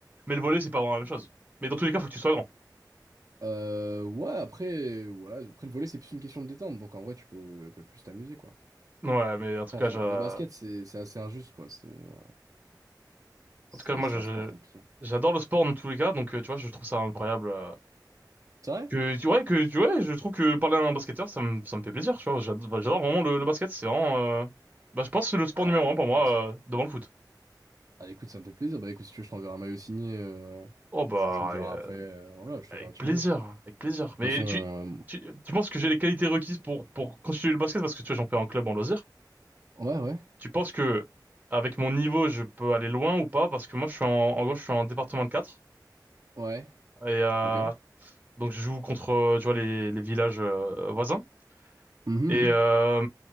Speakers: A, on the right (about 20°); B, on the right (about 45°).
A: mais le volley, c'est pas vraiment la même chose. Mais dans tous les cas, faut que tu sois grand.
B: Euh, ouais, après, ouais, après le volley, c'est plus une question de détente, donc en vrai, tu peux, peux plus t'amuser, quoi.
A: Ouais, mais en tout
B: Je
A: cas,
B: pense,
A: j'a-
B: hein. Le basket, c'est c'est assez injuste, quoi. C'est euh, c'est
A: en tout cas, moi,
B: c'est
A: je,
B: un
A: je-
B: sport compliqué.
A: j'adore le sport dans tous les cas, donc, euh, tu vois, je trouve ça incroyable. euh,
B: C'est vrai?
A: Que, tu ouais, que, tu ouais, je trouve que parler à un basketteur, ça me, ça me fait plaisir, tu vois. J'ad- bah, J'adore vraiment le, le basket, c'est vraiment... euh, Bah, je pense que c'est le sport
B: Ah,
A: numéro un pour
B: écoute.
A: moi, euh, devant le foot.
B: Ah écoute, ça me fait plaisir. Bah écoute, si tu veux, je t'enverrai un maillot signé. euh,
A: Oh bah,
B: tu, tu me diras
A: ouais, euh,
B: après. euh, voilà, je t'enverrai
A: Avec
B: un petit
A: plaisir,
B: maillot. De
A: avec plaisir. Mais
B: toute façon, euh,
A: tu, tu, tu penses que j'ai les qualités requises pour, pour constituer le basket parce que tu vois, j'en fais en club, en loisir.
B: ouais, ouais,
A: Tu penses que avec mon niveau, je peux aller loin ou pas? Parce que moi, je suis en, en gros, je suis en département de quatre
B: ouais.
A: Et euh,
B: Ok.
A: donc, je joue contre, euh, tu vois, les, les villages euh, voisins.
B: Mhm, mhm.
A: Et euh,